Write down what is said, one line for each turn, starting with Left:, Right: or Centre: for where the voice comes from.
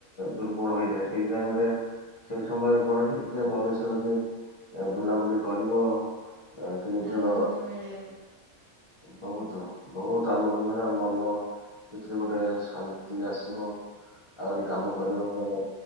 Left: ଦୁର୍ବଳ ହେଇଯାଏ ସେଇ ଟାଇମ ରେ ସେଇ ସମୟରେ କଣ କି ଟିକେ ମଣିଷ ଯଦି ଏ ବୁଲାବୁଲି କରିବ ଯାହା କି ନିଜର
Right: ଆନନ୍ଦ ମିଳେ
Left: ବହୁତ ବହୁତ ଆନନ୍ଦ ମିଳେ ଆଉ ମନ ସେଥିରେ ଗୋଟେ ଶାନ୍ତି ଆସିବ ଆହୁରି କାମ
Right: ଆଜ୍ଞା
Left: କରିବା ପାଇଁ